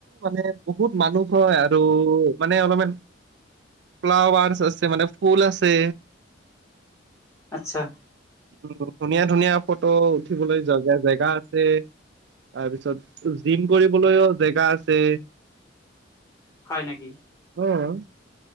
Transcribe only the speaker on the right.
মানে বহুত মানুহ হয় আৰু মানে অলপমান ফ্লাৱাৰছ আছে মানে ফুল আছে
উম, ধুনীয়া ধুনীয়া ফটো উঠিবলৈ যোৱা জেগা আছে তাৰপিছত জিম কৰিব লৈও জেগা আছে
উম